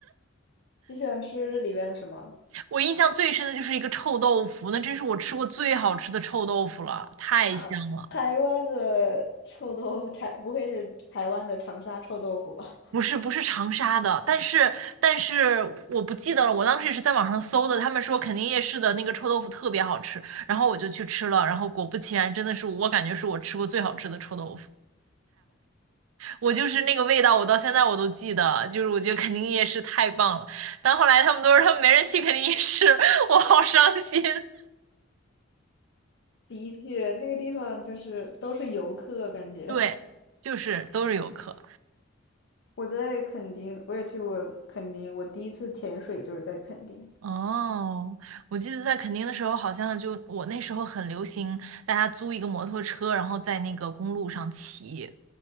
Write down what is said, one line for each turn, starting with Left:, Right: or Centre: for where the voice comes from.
Left: 你喜欢吃里边的什么？
Right: 我印象最深的就是一个臭豆腐，那真是我吃过最好吃的臭豆腐了，太香了。
Left: 啊，台湾的臭豆腐，台不会是台湾的长沙臭豆腐吧？
Right: 不是不是长沙的，但是但是我不记得了，我当时也是在网上搜的，他们说肯定夜市的那个臭豆腐特别好吃，然后我就去吃了，然后果不其然，真的是我感觉是我吃过最好吃的臭豆腐，我就是那个味道，我到现在我都记得，就是我觉得肯定夜市太棒了，但后来他们都说他们没人去肯定夜市，<laughs> 我好伤心。
Left: 的确，那个地方就是都是游客，感觉。
Right: <laughs> 对，
Left: <laughs>
Right: 就是都是游客。
Left: 我在垦丁，我也去过垦丁，我第一次潜水就是在垦丁。
Right: 哦，我记得在垦丁的时候，好像就我那时候很流行，大家租一个摩托车，然后在那个公路上骑，